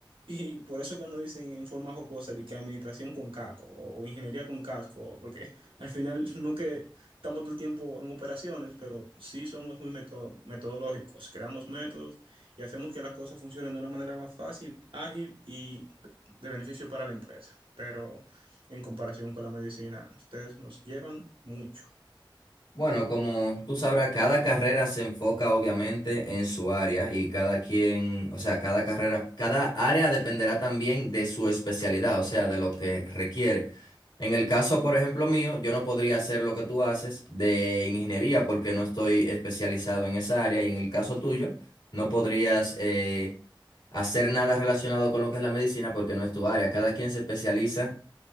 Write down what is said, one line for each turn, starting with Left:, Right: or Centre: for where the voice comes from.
Right: y por eso que no dicen en forma jocosa de que administración con casco o, o ingeniería con casco, porque al final <laughs> no que estamos todo el tiempo en operaciones, pero sí somos muy meto- metodológicos, creamos métodos y hacemos que las cosas funcionen de una manera más fácil, ágil y de beneficio para la empresa. Pero en comparación con la medicina, ustedes nos llevan mucho.
Left: Bueno, como tú sabrás, cada carrera se enfoca obviamente en su área y cada quien, o sea, cada carrera, cada área dependerá también de su especialidad, o sea, de lo que requiere. En el caso, por ejemplo, mío, yo no podría hacer lo que tú haces de ingeniería porque no estoy especializado en esa área y en el caso tuyo, no podrías eh, hacer nada relacionado con lo que es la medicina porque no es tu área. Cada quien se especializa